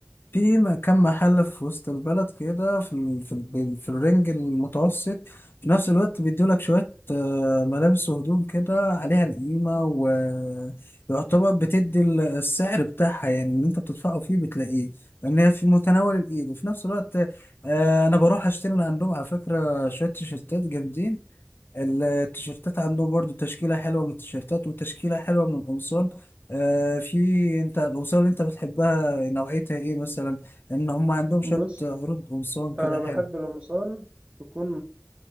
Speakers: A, on the left (about 55°); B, on the right (about 25°).
A: في م- كم محل في وسط البلد كده في ال... في ال... في الرينج المتوسط في نفس الوقت بيدولك شوية آه، ملابس وهدوم كده عليها القيمة ويعتبر بتدي ال- السعر بتاعها يعني اللي انت بتدفعه فيه بتلاقيه لأن هي في متناول الإيد وفي نفس الوقت آه، أنا بروح أشتري من عندهم على فكرة شوية تيشيرتات جامدين التيشيرتات عندهم برضو تشكيلة حلوة من التيشيرتات وتشكيلة حلوة من القمصان آه في انت القمصان اللي انت بتحبها نوعيتها ايه مثلا ان هم عندهم شوية
B: بص
A: عروض قمصان كده
B: انا
A: حلو
B: بحب القمصان تكون